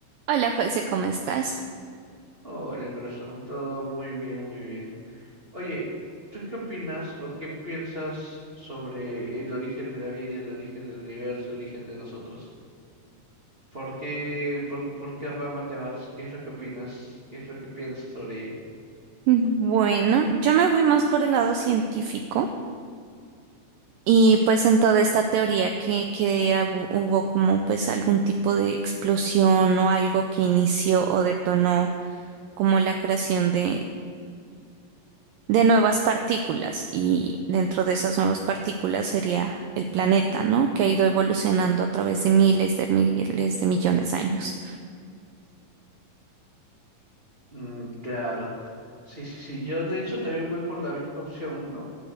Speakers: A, on the right; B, on the right.
A: Hola José, ¿cómo estás?
B: Hola, corazón, todo muy bien, muy bien. Oye, ¿tú qué opinas o qué piensas sobre el origen de la vida, el origen del universo, el origen de nosotros? ¿Por qué, por, por qué rama te vas? ¿Qué es lo que opinas? ¿Qué es lo que piensas sobre ello?
A: Bueno, yo me voy más por el lado científico y pues en toda esta teoría que, que hubo hubo como pues algún tipo de explosión o algo que inició o detonó como la creación de, de nuevas partículas y dentro de esas nuevas partículas sería el planeta, ¿no? Que ha ido evolucionando a través de miles de miles de millones de años.
B: Mm, claro. Sí, sí, sí. Yo de hecho también voy por la misma opción, ¿no?